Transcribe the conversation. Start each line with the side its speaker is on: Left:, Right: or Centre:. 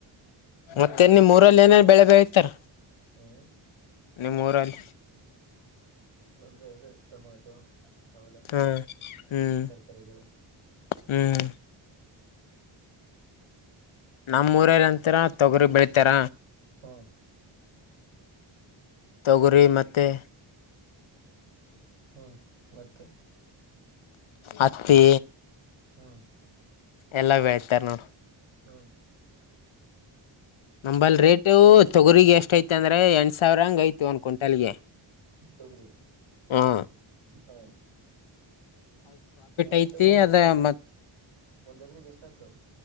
Left: ಮತ್ತೆ
Right: ನಿನ್ನೆ
Left: ನಿಮ್ಮ್
Right: ನಿನ್ನೆ
Left: ಊರಲ್ಲಿ
Right: ಬೆಳಿಗ್ಗೆ
Left: ಏನ
Right: ಹೋಗಿದ್ದು
Left: ಬೆಳೆ ಬೆಳತಾರ
Right: ಹ್ಮ್
Left: ನಿಮ್ಮೂರಲ್ಲಿ
Right: ಅ ಅದೇ ಟೊಮಟೊ ಅವಲ್ಲ
Left: ಹ್ಮ್ ಹ್ಮ್
Right: ತರಕಾರಿಗಳು ಹಾ
Left: ಹ್ಮ್ ನಮ್ಮ ಊರಲ್ಲಿ ಅಂತೂ ಹತರ ತೊಗರಿ ಬೆಳಿತಾರ
Right: ಹ್ಮ್
Left: ತೊಗರಿ ಮತ್ತೆ
Right: ಹ್ಮ್ ಮತ್ತೆ
Left: ಹತ್ತಿ
Right: ಹ್ಮ
Left: ಎಲ್ಲಾ ಬೆಳ್ತಾರ ನೋಡ್
Right: ಹ್ಮ
Left: ನಂಬಲ್ಲಿ ರೇಟು ತೊಗರಿಗೆ ಎಷ್ಟಯ್ತ ತ್ತ ಅಂದ್ರೆ ಎಂಟ ಸಾವಿರ ಹಂಗ ಐತ ಒಂದ ಕ್ವಿಂಟಲ್ಗೆ
Right: ತೊಗ್ರಿ
Left: ಹಾ
Right: ಹ ಮತ್ತೆ
Left: ಐತಿ
Right: ಒಂದೆ
Left: ಅದ
Right: ಒಂದ
Left: ಮತ್
Right: ಒಂದೆಕ್ರಗ್ ಎಷ್ಟ ಹಾಕವ್